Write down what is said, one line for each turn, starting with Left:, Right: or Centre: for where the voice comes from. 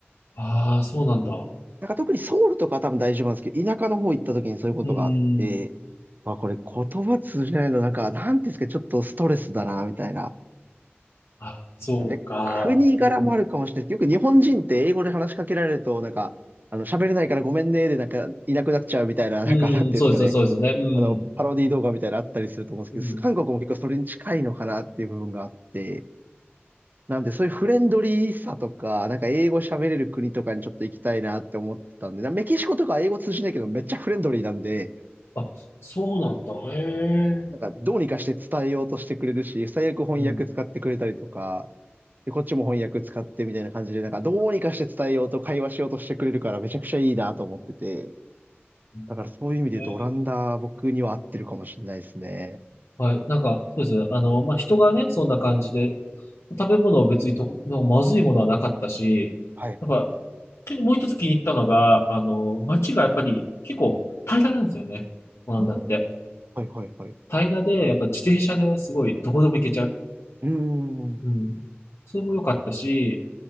Left: あああそうなんだ。
Right: なんか特にソウルとかは多分大丈夫なんですけど、田舎の方行った時にそういうことがあって、
Left: うん。
Right: あ、これ言葉通じないの、なんか、なんていうんですか、ちょっとストレスだな、みたいな。
Left: あ、そうか。
Right: で、国柄もあるかもしれないです。
Left: うん。
Right: よく日本人って英語で話しかけられると、なんか、あの、喋れないからごめんね、で、なんか、いなくなっちゃうみたいな、なんか、
Left: うん、
Right: なんていうんですかね。
Left: そうです、そうですね。うん。
Right: あの、パロディ動画みたいなのあったりすると思うんですけど、
Left: うん。
Right: 韓国も結構それに近いのかなっていう部分があって、なんで、そういうフレンドリーさとか、なんか英語喋れる国とかにちょっと行きたいなって思ってたんで、なメキシコとか英語通じないけどめっちゃフレンドリーなんで、
Left: あ、そうなんだ。へえ。
Right: なんかどうにかして伝えようとしてくれるし、最悪翻訳使ってくれたりとか、
Left: うん。
Right: で、こっちも翻訳使ってみたいな感じで、なんかどうにかして伝えようと会話しようとしてくれるからめちゃくちゃいいなと思ってて、
Left: へ
Right: だからそういう意味で言うとオランダ僕には合ってるかもしれないですね。
Left: え。はい。なんか、そうです。あの、まあ、人がね、そんな感じで、食べ物は別にと、なんかまずいものはなかったし、
Right: はいはいはい。
Left: やっぱ、結構もう一つ気に入ったのが、あの、街がやっぱり結構平らなんですよね。オランダって。
Right: うーん。はいはいはい。
Left: 平らで、やっぱ自転車でねすごいどこでも行けちゃう。
Right: うーん。
Left: うん。それも良かったし、